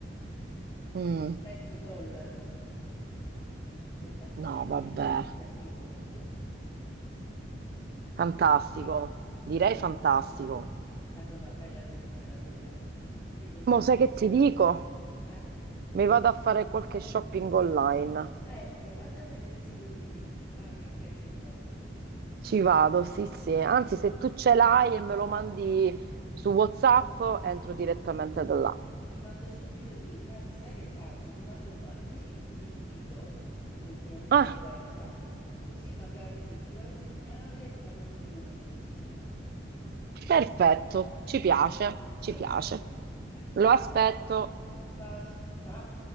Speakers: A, on the right (about 55°); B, on the left (about 30°).
A: mm,
B: mezzo dollaro, 80
A: no,
B: centesimi,
A: vabbè,
B: capito? Così.
A: fantastico, direi
B: Ma quindi
A: fantastico.
B: È stata una bella giornata quella, devo dire.
A: Mo sai che ti dico?
B: Eh?
A: Mi vado a fare qualche shopping online.
B: Ecco, vado a vedere il sito di Hills, va, che carino.
A: Ci vado, sì, sì. Anzi, se tu ce l'hai e me lo mandi su WhatsApp, entro direttamente da là.
B: Ti mando subito il link, anzi, sai che faccio? Ti mando anche il link di invito come cliente
A: Ah,
B: vecchia, così magari se ti vuoi segnare ti fanno subito uno sconticino.
A: Perfetto, ci piace, ci
B: Ok,
A: piace.
B: <laughs>
A: Lo
B: va
A: aspetto.
B: bene. Un bacio, ciao.